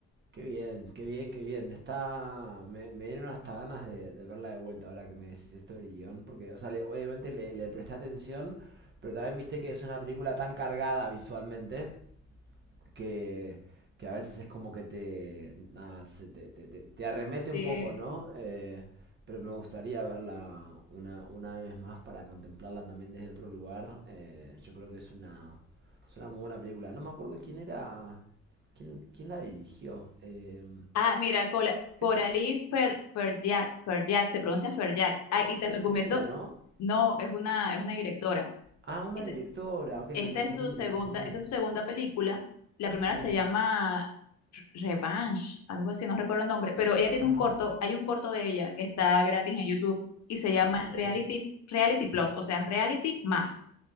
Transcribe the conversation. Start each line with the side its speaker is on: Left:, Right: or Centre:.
Right: Qué bien, qué bien, qué bien. Está... Me, me dieron hasta ganas de, de verla de vuelta ahora que me decís esto del guión, porque, o sea, le- obviamente le, le presté atención, pero también viste que es una película tan cargada visualmente que, que a veces es como que te, nada, se te, te- te- te arremete
Left: Sí.
Right: un poco, ¿no? Eh, pero me gustaría verla una, una vez más para contemplarla también desde otro lugar. Eh, yo creo que es una, es una muy buena película. No me acuerdo quién era, quién, quién la dirigió. Eh,
Left: Ah, mira, Cola-
Right: es,
Left: Coralie Fer, Ferjak, Ferjak, se pronuncia Ferjak, ah, y te
Right: es
Left: recomiendo,
Right: un pibe, ¿no?
Left: no, es una, es una directora.
Right: Ah, una
Left: Este,
Right: directora. Ok,
Left: Esta
Right: me confundí,
Left: es su segunda,
Right: me confundí.
Left: esta es su segunda película. La primera
Right: Sí.
Left: se llama Revenge, algo así, no recuerdo el nombre, pero ella tiene
Right: Ajá.
Left: un corto, hay un corto de ella que está gratis en YouTube y se llama
Right: Ok.
Left: Reality, Reality Plus, o sea, Reality más.